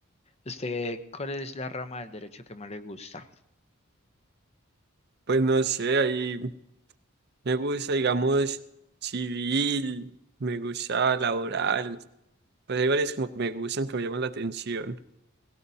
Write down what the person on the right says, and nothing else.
Pues no sé, ahí me gusta, digamos, civil, me gusta laboral, pues hay varias como que me gustan, que me llaman la atención.